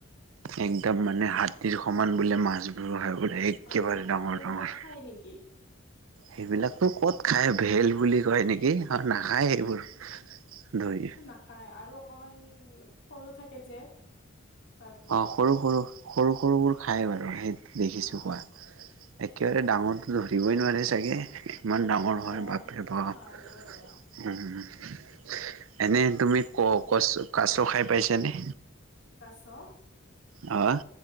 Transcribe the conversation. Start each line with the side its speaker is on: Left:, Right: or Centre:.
Right: একদম মানে হাতীৰ সমান বোলে মাছবোৰ। একেবাৰে
Left: অ
Right: ডাঙৰ
Left: সেইবিলাক
Right: ডাঙৰ।
Left: খাই নেকি
Right: সেইবিলাকো ক'ত খায় হোৱেল বুলি কয় নেকি? আৰু নাখায় সেইবোৰ ধৰি।
Left: খায়। আৰু অকমান সৰু থাকে যে তাতকে
Right: অ' সৰু সৰু সৰু সৰুবোৰ খায় বাৰু, সেই দেখিছোঁ
Left: অ
Right: খোৱা। একেবাৰে ডাঙৰটো ধৰিবই নোৱাৰে চাগে ইমান ডাঙৰ
Left: অ
Right: হয় বাপৰে
Left: সেইটোতো
Right: বাপ।
Left: নোৱাৰিব ৰবা
Right: উ এনে তুমি ক কছ কাছ খাই পাইছা নে?
Left: কাছ?
Right: অ'।